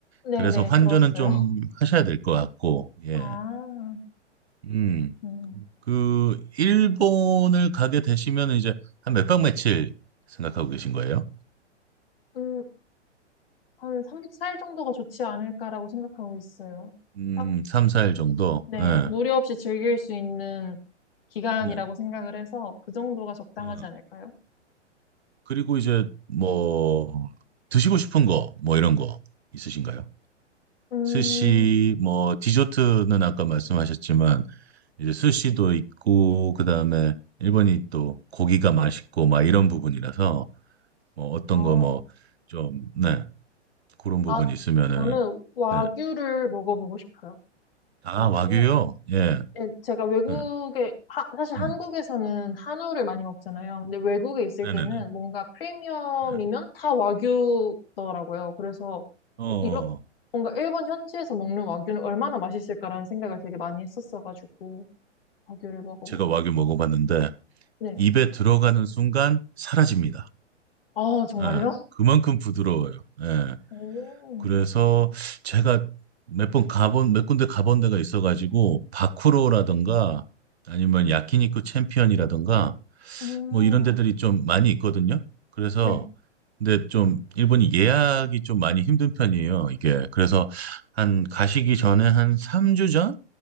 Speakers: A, on the left; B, on the right.
A: 네네,
B: 그래서 환전은
A: 들었어요.
B: 좀
A: <laughs>
B: 하셔야 될 것 같고, 예.
A: 아,
B: 음.
A: 음,
B: 그 일본을 가게 되시면 이제 한 몇 박 며칠 생각하고 계신 거예요?
A: 음, 한 3박 4일 정도가 좋지 않을까라고 생각하고 있어요.
B: 음,
A: 딱
B: 3, 4일 정도.
A: 네,
B: 예.
A: 무료 없이 즐길 수 있는 기간이라고
B: 네.
A: 생각을 해서 그 정도가 적당하지
B: 어,
A: 않을까요?
B: 그리고 이제 뭐 드시고 싶은 거 뭐 이런 거 있으신가요?
A: 음,
B: 스시 뭐 디저트는 아까 말씀하셨지만 이제 스시도 있고 그다음에 일본이 또 고기가 맛있고 막 이런 부분이라서 뭐 어떤
A: 어,
B: 거 뭐 좀 네. 그런 부분
A: 아,
B: 있으면은
A: 저는 와규를
B: 네.
A: 먹어보고 싶어요.
B: 아,
A: 왜냐면,
B: 와규요? 예.
A: 예, 제가 외국에,
B: 네.
A: 하- 사실 한국에서는
B: 음.
A: 한우를 많이 먹잖아요. 근데 외국에 있을
B: 네,
A: 때는
B: 네, 네.
A: 뭔가 프리미엄이면
B: 네.
A: 다 와규더라고요. 그래서,
B: 어,
A: 이러, 뭔가 일본 현지에서 먹는 와규는 얼마나 맛있을까라는 생각을 되게 많이 했었어가지고, 와규를 먹어보고
B: 제가 와규
A: 싶어요.
B: 먹어봤는데
A: 네.
B: 입에 들어가는 순간 사라집니다.
A: 아, 정말요?
B: 예. 그만큼 부드러워요. 예.
A: 오,
B: 그래서 제가 몇 번 가본, 몇 군데 가본 데가 있어가지고, 바쿠로라던가, 아니면 야키니쿠 챔피언이라던가,
A: 음,
B: 뭐 이런 데들이 좀 많이 있거든요. 그래서,
A: 네.
B: 근데 좀, 일본이 예약이 좀 많이 힘든 편이에요, 이게. 그래서, 한, 가시기 전에 한 3주 전?